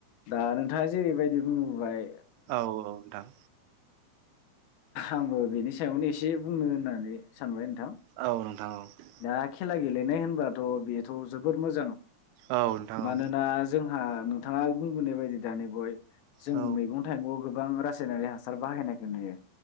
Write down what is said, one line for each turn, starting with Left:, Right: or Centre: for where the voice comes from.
Left: दा नोंथाङा जेरैबायदि बुंबाय
Right: औ औ नोंथां
Left: आंबो बेनि सायावनो एसे बुंनो होननानै सानबाय नोंथां
Right: औ नोंथां औ
Left: दा खेला गेलेनाय होन होनबाथ' बेथ' जोबोद मोजां
Right: औ नोंथां
Left: मानोना
Right: औ
Left: जोंहा नोंथाङा बुंबोनाय बायदि दानि बय जों
Right: औ
Left: मैगं थाइगं गोबां रा नारि हासार बाहायनायखौ नुयो